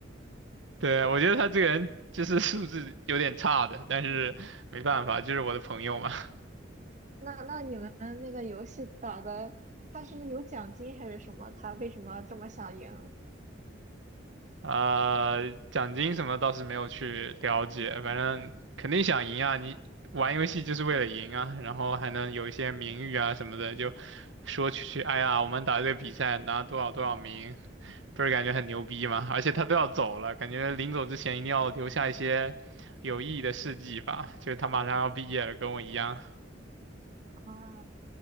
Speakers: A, on the right; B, on the right.
A: 对，我觉得他这个人就是素质有点差的，但是没办法，就是我的朋友嘛。
B: 那那你们那个游戏打的，他是有奖金还是什么？他为什么这么想赢
A: 呃，奖金什么倒是没有去了解，反正肯定想赢啊！你玩游戏就是为了赢啊，然后还能有一些名誉啊什么的，就说去去，哎呀，我们打这个比赛拿多少多少名，不是感觉很牛逼吗？<laughs> 而且他都要走了，感觉临走之前一定要留下一些有意义的事迹吧，就是他马上要毕业了，跟我一样，
B: 啊？